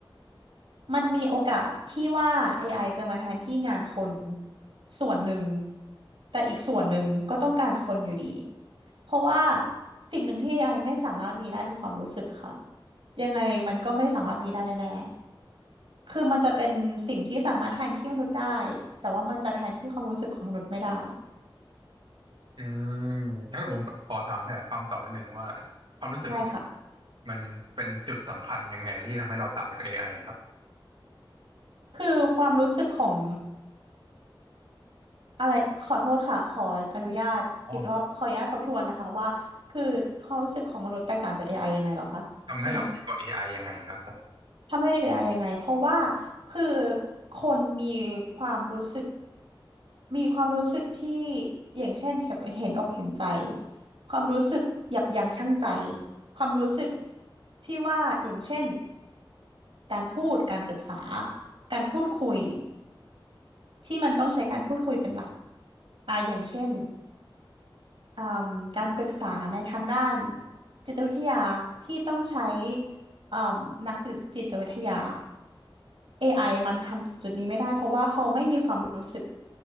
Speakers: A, on the right; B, on the right.
A: มันมีโอกาสที่ว่า AI จะมาแทนที่งานคนส่วนหนึ่งแต่อีกส่วนหนึ่งก็ต้องการคนอยู่ดีเพราะว่าสิ่งหนึ่งที่ AI ไอไม่สามารถมีได้คือความรู้สึกค่ะยังไงมันก็ไม่สามารถมีได้แน่ๆคือมันจะเป็นสิ่งที่สามารถแทนที่มนุษย์ได้แต่ว่ามันจะแทนที่ความรู้สึกของมนุษย์ไม่ได้
B: อืมถ้าผมขอถามขยายความต่อนิดนึงว่าความรู้สึกของ
A: ได้ค่ะ
B: มันเป็นจุดสำคัญยังไงที่ทำให้เราต่างจาก AI ครับ
A: คือความรู้สึกของ อะไรขอโทษค่ะขออนุญาตอีกรอบขออนุญาตทบทวนนะคะว่าคือความรู้สึกของมนุษย์แตกต่างจาก
B: อ๋อ
A: AI ยังไงเหรอคะใช่ไหม
B: ทำให้เราดีกว่า AI ยังไงครับผม
A: ทำให้เด็ก AI ยังไงเพราะว่าคือคนมีความรู้สึกมีความรู้สึกที่อย่างเช่นเห็นเห็นอกเห็นใจความรู้สึกยับยั้งชั่งใจความรู้สึกที่ว่าอย่างเช่นการพูดการปรึกษาการพูดคุยที่มันต้องใช้การพูดคุยเป็นหลักอ่าอย่างเช่น เอ่มการปรึกษาในทางด้านจิตวิทยาที่ต้องใช้เอ่มนักจิตจิตวิทยา AI มันทำจุดนี้ไม่ได้เพราะว่าเขาไม่มีความรู้สึก